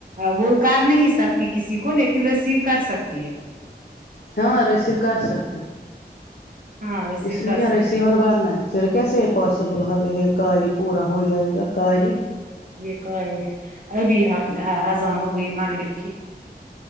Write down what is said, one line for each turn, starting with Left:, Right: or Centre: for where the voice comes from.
Right: وہ کر نہیں سکتی کسی کو لیکن ریسیو کر سکتی ہے
Left: ہاں ریسیو کر سکتے
Right: ہاں ریسیو
Left: اس
Right: کر
Left: میں کیا
Right: سکتے
Left: ریسیور بننا ہے پھر کیسے پاسیبل ہو گیا یہ کاریہ پورا ہو جائے گا کاریہ
Right: ہیں ہ یہ کا ہے ابھی یہاں اذان ہو گئی مغرب کی